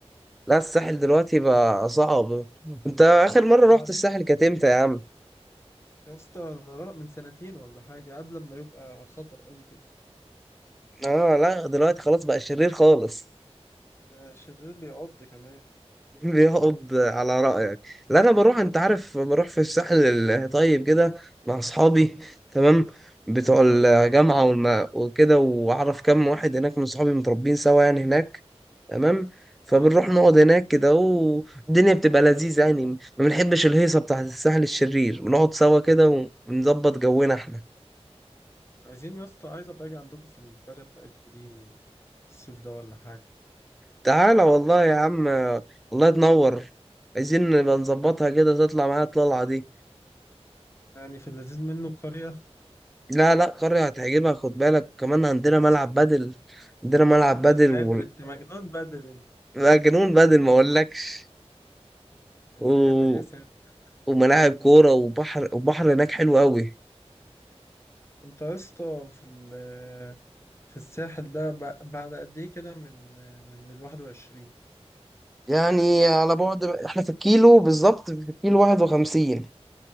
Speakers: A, in the centre; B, on the left.
A: لا الساحل دلوقتي بقى صعب انت اخر مرة
B: وبعدين
A: رحت الساحل كانت امتى يا عم
B: يا اسطى أنا را- من سنتين ولا حاجة قبل ما يبقى خطر قوي كده
A: اه لا دلوقتي خلاص بقى شرير خالص
B: ده شرير بيعض كمان
A: بيقعد على رأيك لا انا بروح انت عارف بروح في الساحل الطيب كده مع اصحابي تمام بتوع الجامعة والما وكده واعرف كم واحد هناك من صحابي متربين سوا يعني هناك تمام فبنروح
B: اه
A: نقعد هناك كده والدنيا بتبقى لذيذة يعني ما بنحبش الهيصة بتاعة الساحل الشرير بنقعد سوا كده ونظبط جونا احنا
B: عايزين يا اسطى عايز ابقى اجي عندكم في القرية بتاعتكم دي الصيف ده ولا حاجة
A: تعالى والله يا عم والله تنور عايزين نبقى نظبطها
B: يعني
A: كده تطلع معايا الطلعة دي
B: يعني في اللذيذ منه قرية
A: لا لا قرية هتعجبها خد بالك وكمان عندنا
B: بس
A: ملعب بدل عندنا ملعب بدل
B: يا ساتر
A: و...
B: انت مجنون بدل انت
A: لا، جنون بدل ما اقولكش
B: يا
A: و...
B: ساتر يا ساتر
A: وملاعب كورة وبحر وبحر هناك حلو قوي
B: انت يا اسطى في ال- في الساحل ده ب- بعد قد ايه كده من من ال 21
A: يعني على بعد احنا في الكيلو بالظبط في الكيلو 51